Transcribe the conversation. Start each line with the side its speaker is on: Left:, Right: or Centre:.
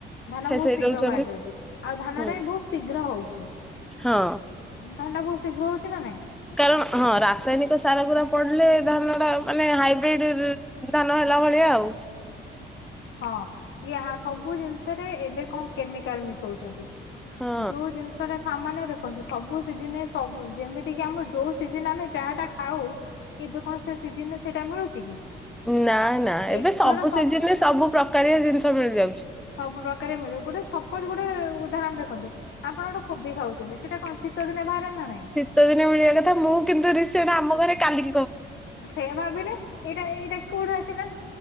Left: ଧାନ
Centre: ଫେସେଇ
Left: ବହୁତ ଶୀଘ୍ର
Centre: ଦଉଛନ୍ତି
Left: ବାହାରି ଯାଉଚି ଆଉ ଧାନ
Centre: ହୁଁ
Left: ଟା ବି ବହୁତ ଶୀଘ୍ର ହଉଚି।
Centre: ହଁ
Left: ଧାନଟା ବହୁତ ଶୀଘ୍ର ହୋଉଚି ନା ନାଇଁ?
Centre: କାରଣ ହଁ ରାସାୟନିକ ସାର ଗୁରା ପଡିଲେ ଧାନ ଟା ମାନେ ହାଇବ୍ରିଡ ଧାନ ହେଲା ଭଳିଆ ଆଉ
Left: ହଁ ଇ ହା ସବୁ ଜିନିଷ ଏବେ କଣ କେମିକାଲ ମିଶୋଉଚନ୍ତି
Centre: ହଁ
Left: ଯୋଉ ଜିନିଷଟା ସାମାନ୍ ଦେଖନ୍ତୁ ସବୁ ସିଜିନ୍ ନେ ସବୁ ଯେମିତି କି ଆମେ ଯୋଉ ସିଜିନ୍ ଆମେ ଯାହା ଟା ଖାଉ ଏବେ କଣ ସେ ସିିଜିନିନେ ସେଇଟା ମିଳୁଚି କି?
Centre: ନା ନା
Left: ଏଇଟା
Centre: ଏବେ ସବୁ
Left: ଧର ସବ
Centre: ସିଜିନରେ ସବୁ ପ୍ରକାରିଆ ଜିନିଷ ମିଳିଯାଉଚି।
Left: ସବୁ ପ୍ରକାରିଆ ମିଳିବ ଗୋଟେ ସପୋଜ ଗୋଟେ ଉଦାହରଣ ଦେଖନ୍ତୁ ଆପଣ ଗୋଟେ କୋବି ଖାଉଚନ୍ତି। ସେଟା କଣ ଶୀତ ଦିନେ ବାହାରେ। ନା ନାଇଁ
Centre: ଶୀତ ଦିନେ ମିଳିବା କଥା ମୁଁ କିନ୍ତୁ ରିସେଣ୍ଟେ ଆମ ଘରେ କାଲି
Left: ସେୟା ଭାବିଲେ ଏଇଟା ଏଇଟା କୋଉଁଠୁ ଆସିଲା।